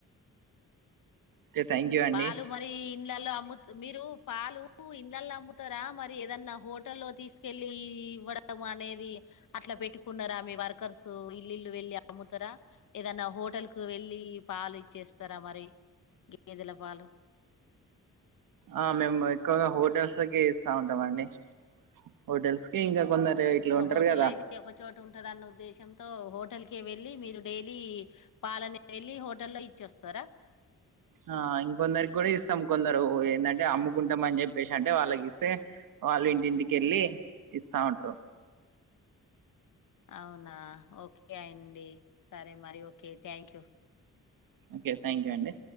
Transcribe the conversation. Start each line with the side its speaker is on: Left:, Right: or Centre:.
Right: ఓకే థ్యాంక్ యూ అండి
Left: పాలు మరి ఇళ్లలో అమ్ము మీరు పాలు ఇన్నల అమ్ముతారా మరి ఏదన్నా హోటల్ తీసుకెళ్ళలి ఇవ్వడం అనేది అట్లా పెట్టుకున్నారా మీ వర్కర్స్ ఇల్లు ఇల్లు వెళ్ళి అమ్ముతారా ఏదన్నా హోటల్ కు వెళ్ళి పాలు ఇచ్చేస్తారా మరి గదుల పాలు
Right: ఆ మేము ఎక్కువగా హోటల్స్కి ఇస్తా ఉంటాం అండి హోటల్స్ కి ఇంకా కొందరు ఇట్లా ఉంటారు
Left: హోటల్
Right: కదా
Left: అయితే ఒక చోట ఉంటంది అన్న ఉద్దేశంతో హోటల్క వెళ్ళి మీరు డైలీ పాలని వెళ్ళి హోటల్లో ఇచ్చ వస్తారా
Right: ఆ ఇంకొందరికి కూడా ఇస్తాం కొందరు ఏంటంటే అమ్ముకుంటాం అని చెప్పేసి అంటే వాళ్ళకి ఇస్తే వాళ్ళు ఇ ఇంటికి వెళ్ళి ఇస్తా ఉంట్రారు
Left: అవునా ఓకే అయిండి సరే మరి okay thank you
Right: okay thank you అండి